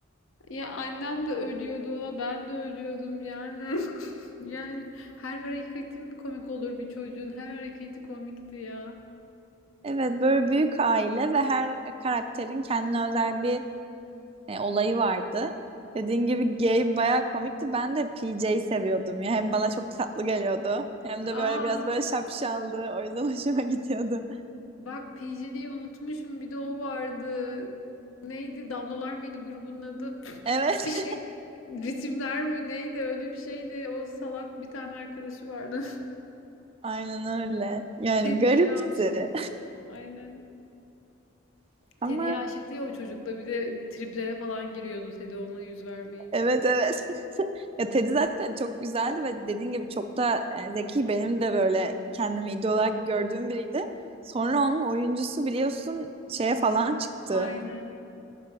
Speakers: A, on the left (about 85°); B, on the right (about 30°).
A: ya annem de ölüyordu ona ben de ölüyordum yani. <laughs> Yani her hareketi mi komik olur bir çocuğun? Her hareketi komikti ya.
B: Evet böyle büyük aile ve her karakterin kendine özel bir e, olayı vardı. Dediğin
A: Hı.
B: gibi Gabe bayağı komikti. Ben de PJ'yi seviyordum ya. Hem bana çok tatlı geliyordu. Hem de
A: Aa,
B: böyle biraz böyle şapşaldı. O yüzden <laughs> hoşuma gidiyordu.
A: bak PJ'yi unutmuşum bir de o vardı. Neydi? Damlalar mıydı grubun adı?
B: Evet.
A: <laughs> Bir şey. Ritimler mi neydi öyle bir şeydi. O salak bir tane arkadaşı vardı.
B: <laughs> Aynen öyle.
A: <laughs>
B: Yani
A: Teddy'ye
B: garipti.
A: aşıktım. Aynen.
B: <laughs>
A: Teddy'ye
B: Ama
A: aşıktı ya o çocukla bir de triplere falan giriyordu Teddy ona yüz vermeyince.
B: Evet evet. <laughs> Ya Teddy zaten çok güzeldi ve dediğin gibi çok da e, zeki. Benim de böyle kendimi idol olarak gördüğüm biriydi. Sonra onun oyuncusu biliyorsun şeye falan çıktı.
A: Aynen.